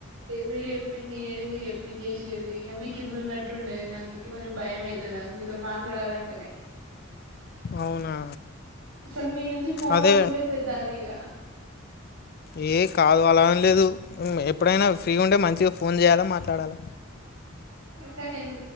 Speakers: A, on the right (about 80°); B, on the left (about 50°).
A: మీరు చెప్పింది ఏ మీది మీరు చెప్పింది చేసేది ఇంక మీ కింద ఉన్నట్టు ఉండేది నేను అందుక కొంచెం భయం అయితే నాకు మీతో మాట్లాడాలి అంటేనే
B: అవునా
A: అసలు మీ నుంచి ఫోన్
B: అదే
A: వచ్చుడె పెద్దది ఇక
B: ఏ కాదు అలా అని లేదు ఎప్పుడైనా ఫ్రీ ఉంటే మంచిగ ఫోన్ చేయాలె మాట్లాడాలి
A: కానీ ఎందుకు